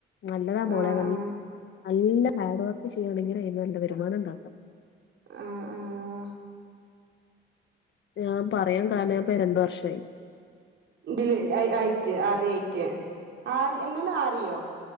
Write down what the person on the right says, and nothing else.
ആ
ആ
ആഹ ആഹ
ഇതില് അറിയെയ്റ്റ് എന്താണ് ആറിയോ?